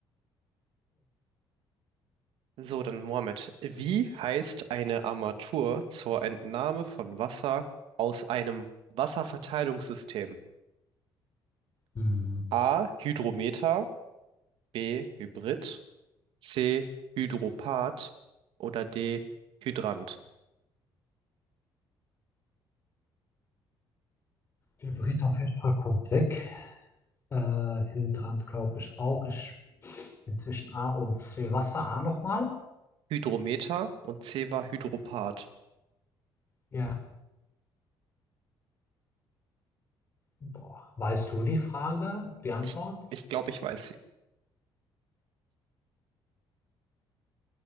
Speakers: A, on the right; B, on the left.
A: So, dann Mohammed. Wie heißt eine Armatur zur Entnahme von Wasser aus einem Wasserverteilungssystem?
B: Mhm.
A: A. Hydrometer, B. Hybrid, C. Hydropath oder D. Hydrant.
B: Hybrid auf jeden Fall kommt weg. Äh, Hydrant glaube ich auch. Ich inzwischen A und C. Was war A nochmal?
A: Hydrometer und C war Hydropath.
B: Ja. Boah. Weißt du die Frage, die Antwort?
A: Ich, ich glaube, ich weiß sie.